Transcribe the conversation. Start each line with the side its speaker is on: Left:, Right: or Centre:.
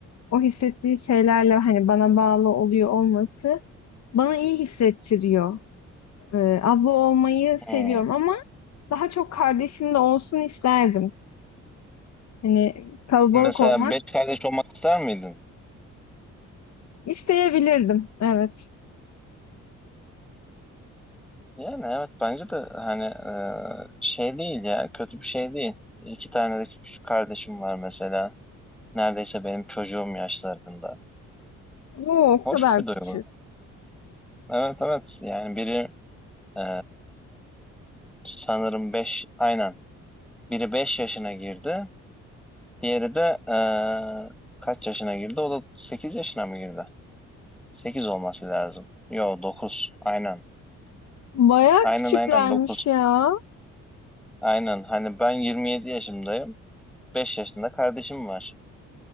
Left: o hissettiği şeylerle hani bana bağlı oluyor olması Bana iyi hissettiriyor. Ee, abla olmayı seviyorum
Centre: Hmm.
Left: ama daha çok kardeşim de olsun isterdim. Hani kalabalık
Centre: Mesela
Left: olmak
Centre: beş kardeş olmak ister miydin?
Left: isteyebilirdim. Evet.
Centre: Yani evet bence de hani e, şey değil ya kötü bir şey değil. İki tane de küçük kardeşim var mesela. Neredeyse benim çocuğum yaşlarında.
Left: Oo, o
Centre: Hoş
Left: kadar
Centre: bir
Left: küçük.
Centre: duygu. Evet evet yani biri e, sanırım beş aynen biri 5 yaşına girdi diğeri de e, kaç yaşına girdi o da 8 yaşına mı girdi 8 olması lazım yo 9, aynen
Left: Bayağı
Centre: aynen
Left: küçüklermiş
Centre: aynen 9,
Left: ya.
Centre: aynen hani ben 27 yaşındayım 5 yaşında kardeşim var